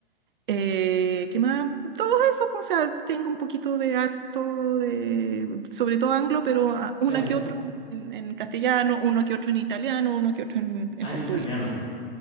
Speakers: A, on the right; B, on the left.
A: Eh, ¿qué más? Todo eso, pues, o sea, tengo un poquito de harto, de, sobre todo anglo, pero ah,
B: sí.
A: una que otro en, en castellano, uno que otro en italiano, uno que otro en, en
B: Ah,
A: portugués.
B: en italiano.